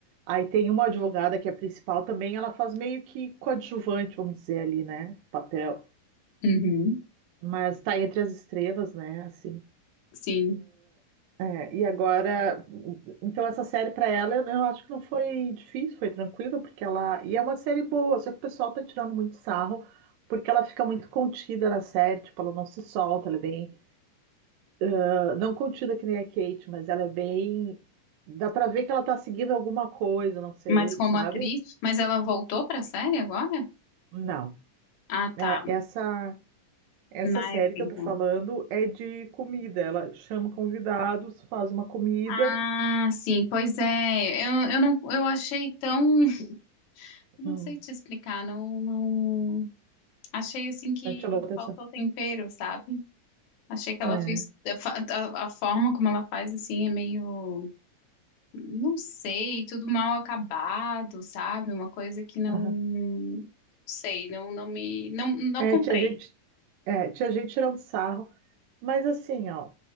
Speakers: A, on the right; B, on the left.
A: Aí tem uma advogada que é principal também, ela faz meio que coadjuvante, vamos dizer ali, né? Papel.
B: uhum,
A: Mas tá entre as estrelas, né? Assim.
B: sim.
A: É, e agora, então essa série para ela, eu, eu acho que não foi difícil, foi tranquilo, porque ela, e é uma série boa, só que o pessoal tá tirando muito sarro, porque ela fica muito contida na série, tipo, ela não se solta, ela é bem, ah, não contida que nem a Kate, mas ela é bem, dá pra ver que ela tá seguindo alguma coisa, não sei,
B: Mas como
A: sabe?
B: atriz, mas ela voltou pra série agora?
A: Não.
B: Ah, tá,
A: É, essa essa
B: na
A: série
B: época
A: que
B: então.
A: eu tô falando é de comida, ela chama convidados, faz uma comida,
B: Ah, sim, pois é, eu, eu não, eu achei tão, <laughs> eu
A: hum,
B: não sei te explicar, não, não, achei assim que
A: né, chamou a atenção.
B: faltou tempero, sabe? Achei que ela
A: É.
B: fez, a, fa- a a forma como ela faz assim é meio não sei, tudo mal acabado, sabe? Uma coisa que não
A: aham.
B: sei, não, não me, não, não
A: É,
B: comprei.
A: tinha gente, é, tinha gente tirando sarro, mas assim, ó,